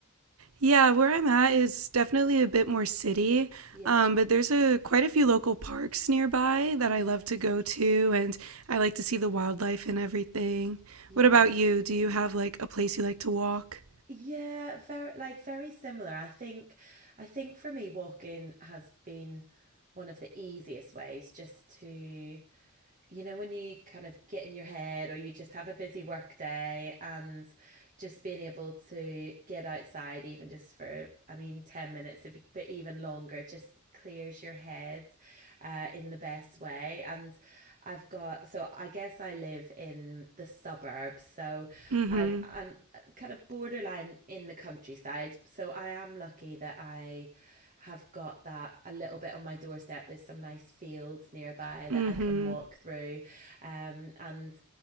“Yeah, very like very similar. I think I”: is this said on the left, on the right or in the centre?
Right